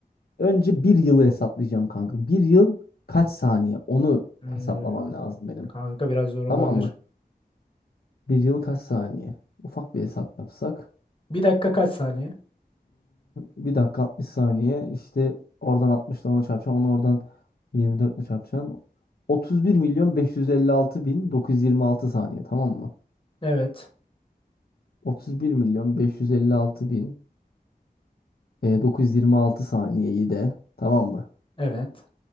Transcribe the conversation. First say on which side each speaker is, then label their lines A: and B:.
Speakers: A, on the left; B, on the left.
A: Önce bir yılı hesaplayacağım kanka. Bir yıl kaç saniye? Onu
B: Hmm,
A: hesaplamam lazım benim.
B: kanka biraz zor olabilir.
A: Tamam mı? Bir yıl kaç saniye? Ufak bir hesap yapsak.
B: Bir dakika kaç saniye?
A: Bir dakika 60 saniye. İşte oradan altmış ile ona çarpacaksın. Onu oradan yirmi dört ile çarpacaksın. 31 milyon 556 bin 926 saniye tamam mı?
B: Evet.
A: 31 milyon beş yüz elli altı bin E, 926 saniyeyi de tamam mı?
B: Evet.